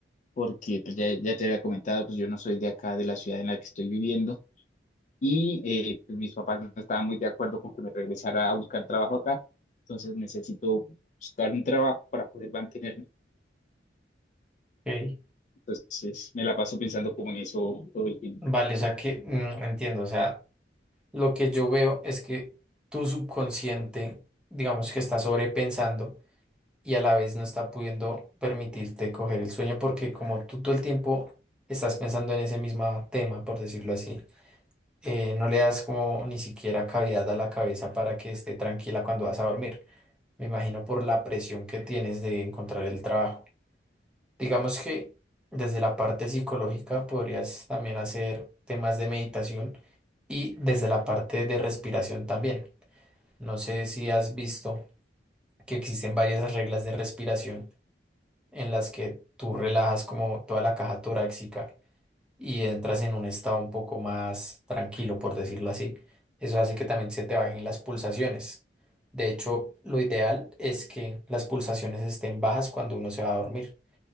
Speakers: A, on the left; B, in the centre.
A: porque pues ya, ya te había comentado, pues yo no soy de acá, de la ciudad en la que estoy viviendo, y eh, pues, mis papás no estaban muy de acuerdo con que me regresara a buscar trabajo acá, entonces necesito buscar un trabajo para poder mantenerme.
B: Ok.
A: Entonces me la paso pensando como en eso todo el tiempo.
B: Vale, o sea que mm, entiendo, o sea, lo que yo veo es que tu subconsciente, digamos que está sobrepensando y a la vez no está pudiendo permitirte coger el sueño porque como tú todo el tiempo estás pensando en ese mismo tema, por decirlo así eh, no le das como ni siquiera cavidad a la cabeza para que esté tranquila cuando vas a dormir. Me imagino por la presión que tienes de encontrar el trabajo. Digamos que desde la parte psicológica podrías también hacer temas de meditación y desde la parte de respiración también. No sé si has visto que existen varias reglas de respiración en las que tú relajas como toda la caja torácica y entras en un estado un poco más tranquilo, por decirlo así. Eso hace que también se te bajen las pulsaciones. De hecho, lo ideal es que las pulsaciones estén bajas cuando uno se va a dormir.